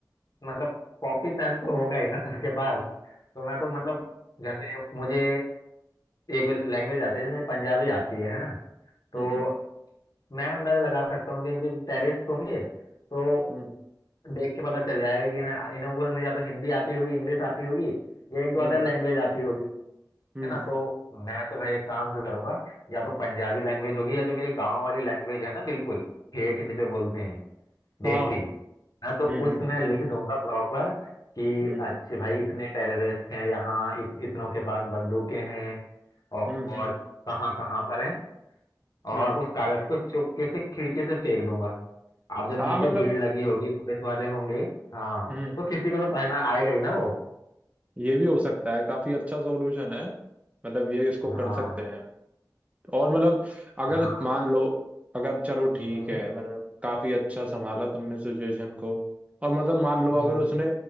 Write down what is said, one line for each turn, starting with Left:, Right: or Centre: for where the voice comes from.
Left: मतलब कॉपी पेन तो होगा ही ना सबके पास तो मैं तो मतलब जैसे मुझे एक लैंग्वेज आती है जैसे मुझे पंजाबी आती है है ना तो
Right: हम्म
Left: मैं अंदाजा लगा सकता हूँ कि टेररिस्ट होंगे तो
Right: हम्म
Left: देख के पता चल जाएगा कि इन्हें इन्हें वो इन्हें या तो हिंदी आती होगी इंग्लिश आती होगी या एक दो
Right: हम्म
Left: अदर लैंग्वेज आती होगी
Right: हम्म,
Left: है ना तो मैं तो भाई एक काम करूंगा या तो पंजाबी लैंग्वेज होगी या जो मेरे गांव वाली लैंग्वेज है ना बिल्कुल ठेठ जिसे बोलते हैं देसी
Right: हाँ
Left: ना तो
Right: हम्म
Left: उसमें
Right: हम्म
Left: लिख दूंगा प्रॉपर कि
Right: हम्म
Left: अच्छे भाई इतने टेररिस्ट हैं यहाँ इत, इतनों के पास बंदूकें हैं और,
Right: हम्म
Left: और
Right: हम्म
Left: कहाँ कहाँ पर हैं और
Right: हम्म।
Left: उस कागज को चुपके से खिड़की से फेंक दूंगा अब जब
Right: हाँ
Left: नीचे
Right: मतलब
Left: भीड़ लगी होगी पुलिस वाले होंगे हाँ
Right: हम्म
Left: तो किसी को तो पढ़ना आएगा ही ना वो
Right: ये भी हो सकता है काफी अच्छा सॉल्यूशन है मतलब ये इसको
Left: हाँ
Right: कर सकते हैं और मतलब अगर
Left: हाँ
Right: मान लो अगर चलो ठीक
Left: हम्म
Right: है मतलब काफी अच्छा संभाला तुमने सिचुएशन को और मतलब मान लो
Left: हम्म
Right: अगर उसने